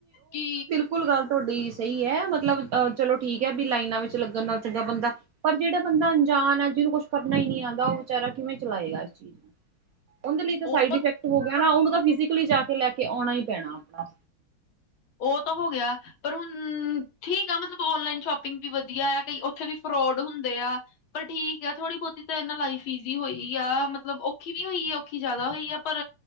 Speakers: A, on the left; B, on the right.
A: ਕਿ
B: ਕੁਲ ਗੱਲ ਤੁਆਡੀ ਸਹੀ ਐ, ਮਤਲਬ ਅਹ ਚਲੋ ਠੀਕ ਹੈ, ਬੀ ਲਾਈਨਾਂ ਵਿੱਚ ਲੱਗਣ ਨਾਲ ਚੰਗਾ ਬੰਦਾ ਪਰ ਜੇੜਾ ਬੰਦਾ ਅੰਜਾਨ ਐ, ਜਿਨੂੰ ਕੋਛ ਕਰਨਾ ਹੀ ਨੀ ਆੰਦਾ, ਓਹ ਵਿਚਾਰਾ ਕਿਵੇਂ ਚਲਾਏਗਾ, ਏਸ ਚੀਜ਼। ਓੰਦੇ ਲਈ ਤੇ
A: ਉਹ
B: ਸਾਈਡ ਈਫੈਕਟ ਹੋ ਗਿਆ ਨਾ, ਓੰਗ ਤਾਂ ਫਿਜੀਕਲੀ ਜਾ ਕੇ ਲੈਕੇ ਔਣਾ ਈ ਪੈਣਾ ਆਪਣਾ।
A: ਓ ਤਾਂ ਹੋ ਗਿਆ। ਪਰ ਹੁਣ, ਠੀਕ ਆ, ਮਤਲਬ ਔਨਲਾਈਨ ਸ਼ੋਪਿੰਗ ਵੀ ਵਧੀਆ ਐ, ਕਈ ਓਥੇ ਵੀ ਫਰੋਡ ਹੁੰਦੇ ਆ। ਪਰ ਠੀਕ ਐ, ਥੋੜ੍ਹੀ-ਬੋਤੀ ਤੇ ਏਨਾ ਲਾਈਫ ਈਜ਼ੀ ਹੋਈ ਆ, ਮਤਲਬ ਔਖੀ ਵੀ ਹੋਈ, ਔਖੀ ਜੈਦਾ ਹੋਈ ਆ ਪਰ